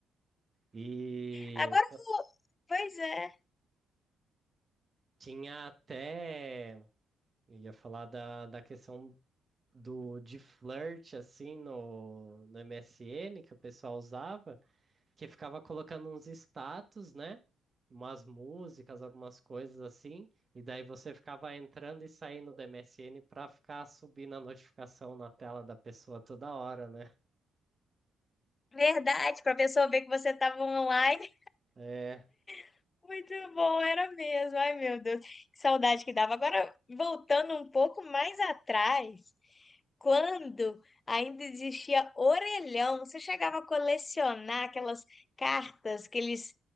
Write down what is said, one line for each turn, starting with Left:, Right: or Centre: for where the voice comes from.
Right: E
Left: Agora eu vou- Pois é,
Right: Tinha até, eu ia falar da, da questão do de flirt assim no, no MSN que o pessoal usava, que ficava colocando uns status, né? Umas músicas, algumas coisas assim, e daí você ficava entrando e saindo do MSN pra ficar subindo a notificação na tela da pessoa toda hora, né?
Left: Verdade, para a pessoa ver que você estava online.
Right: É,
Left: <laughs> Muito bom, era mesmo. Ai, meu Deus, que saudade que dava. Agora, voltando um pouco mais atrás, quando ainda existia orelhão, você chegava a colecionar aquelas cartas que eles